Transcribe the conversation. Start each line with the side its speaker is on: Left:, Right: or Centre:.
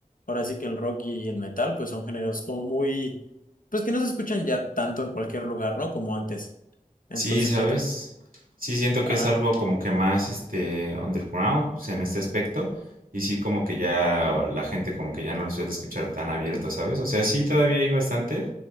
Left: ahora sí que el rock y el metal pues son géneros como muy pues que no se escuchan ya tanto en cualquier lugar, ¿no? Como antes. Entonces
Right: Sí, ¿sabes?
Left: ya está.
Right: Sí siento que
Left: Ajá.
Right: es algo como que más este underground pues, en este aspecto y sí como que ya la gente como que ya no lo suele escuchar tan abierto, ¿sabes? O sea, sí todavía hay bastante,